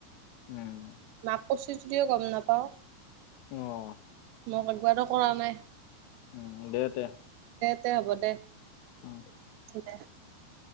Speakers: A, on the left; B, on the right.
A: উম।
B: মাক কৰিছে যদিও গম নাপাওঁ,
A: অ'
B: মোক একবাৰো কৰা নাই।
A: উম, দে তে।
B: দে হ'ব দে।
A: উম।
B: <inaudible>